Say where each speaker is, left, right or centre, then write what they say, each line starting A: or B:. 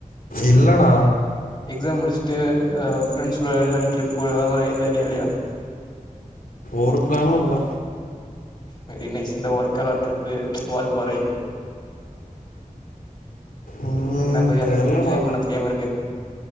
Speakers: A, on the left (about 90°); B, on the left (about 30°).
A: இல்லடா
B: எக்ஸாம் முடிச்ட்டு அ ஃப்ரெண்ட்ஸோட ஜாலியா ட்ரிப் போற அது மாரி எந்த ஐடியா இல்லயா
A: ஒரு பிளானு இல்ல
B: வெரி நைஸ் இந்த ஒர்க்கலா ட்ரிப்பு வால்பாறை
A: ம்
B: என்ன பையா
A: தெர்லடா
B: என்ஜாய் பண்ண தெரியாம இருக்க